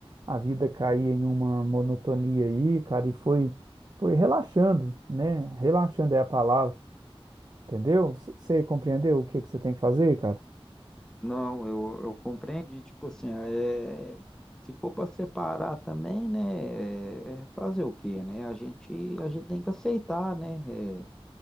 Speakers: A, on the right (about 45°); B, in the centre.
A: a vida cair em uma monotonia aí, cara, e foi, foi relaxando, né? Relaxando é a palavra Entendeu? Você compreendeu o que que você tem que fazer, cara?
B: Não, eu, eu compreendi, tipo assim, é, se for para separar também, né, é, é fazer o quê, né? A gente, a gente tem que aceitar, né? é,